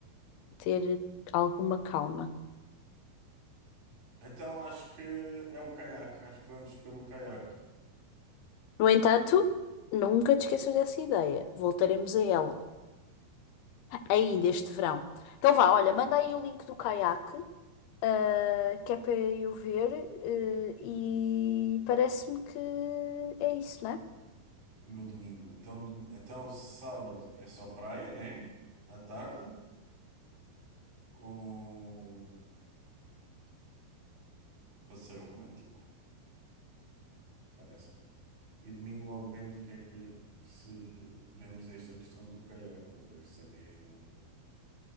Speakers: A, on the left; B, on the right.
A: ter alguma calma.
B: Então acho que é o caiaque. Acho que vamos pelo caiaque
A: No entanto, nunca te esqueças dessa ideia. Voltaremos a ela ainda este verão. Então vá, olha, manda aí o link do caiaque, ah, que é para eu ver, eh, e parece-me que é isso, né?
B: no domingo. Então, dom- então sábado é só praia, né? À tarde, com passeio romântico. Parece. E domingo logo vemos o que é que, que se vemos esta questão do caiaque para ver se é mesmo,